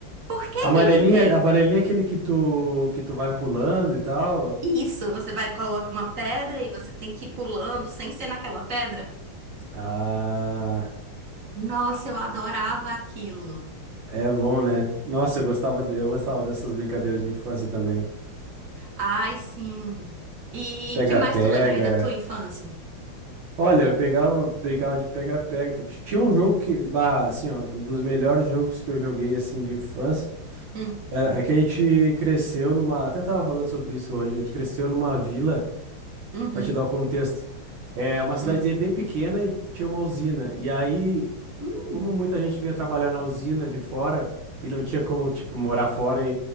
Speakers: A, on the right (about 50°); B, on the right (about 75°).
A: Por que
B: Amarelinha,
A: que eu inventei
B: amarelinha é aquele que tu, que tu vai pulando e tal.
A: isso? Você vai e coloca uma pedra e você tem que ir pulando sem ser naquela pedra?
B: Ah,
A: Nossa, eu adorava aquilo.
B: é bom, né? Nossa, eu gostava, de- eu gostava dessas brincadeiras de infância também.
A: Ai, sim. E
B: Pega-pega.
A: que mais tu lembra aí da tua infância?
B: Olha, eu pegava, brincava de pega-pega. Ti- Tinha um jogo que, bah, assim, ó, um dos melhores jogos que eu joguei, assim, de infância.
A: Hum,
B: Era é que a gente cresceu numa. Até tava falando sobre isso hoje. A gente cresceu numa vila,
A: uhum,
B: pra te dar o contexto. É uma cidadezinha
A: hum,
B: bem pequena e tinha uma usina. E aí,
A: hum,
B: como muita gente vinha trabalhar na usina de fora e não tinha como, tipo, morar fora e,